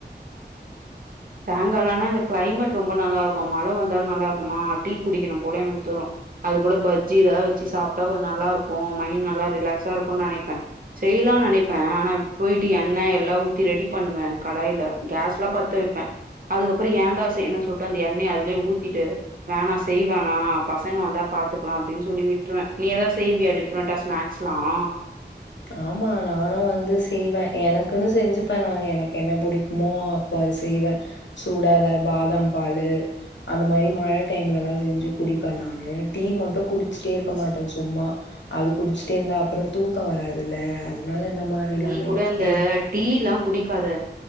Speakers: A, on the right; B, on the left.
A: சாயங்காலம் ஆனா இந்த கிளைமேட் ரொம்ப நல்லா இருக்கும் மழை வந்தாலும் நல்லா இருக்குமா டீ குடிக்கணும் போல எனக்கு தோனும் அது கூட பஜ்ஜி இதெல்லாம் வெச்சு சாப்பிட்டா கொஞ்சம் நல்லா இருக்கும் மைண்ட் நல்லா ரிலாக்ஸா இருக்கும் நெனைப்பேன் செய்யலாம்னு நினைப்பேன் ஆனா போயிட்டு எண்ணெய் எல்ல ஊத்தி ரெடி பண்ணுவேன் கடாயில கேஸ் எல்லாம் பத்து வெப்பேன் அதுக்கப்புறம் ஏண்டா செய்ணு சொல்லிட்டு அந்த எண்ணெய் அதுலயே ஊத்திட்டு வேணா செய்வேனா பசங்க வந்தா பாத்துக்கலாம் அப்படின்னு சொல்லி விட்டுருவேன் நீ எதா செய்வியா டிஃப்ரெண்டண்டா ஸ்நாக்ஸ்லாம்
B: ஆமா, நானும் வந்து செய்வேன் எனக்குன்னு செஞ்சுப்பேன் நான் எனக்கு என்ன பிடிக்குமோ அப்போ அத செய்வேன் சூடா பாதாம் பால் அந்த மாதிரி மழை டைம்லலாம் செஞ்சு குடிப்பேன் நானு டீ மட்டும் குடிச்சிட்டே இருக்க மாட்டேன் சும்மா அது குடிச்சிட்டே இருந்தா அப்புறம் தூக்கம் வராதுல அதனால மாரிலாம்
A: நீ கூட இந்த
B: எ
A: டீ எல்லாம் குடிக் அத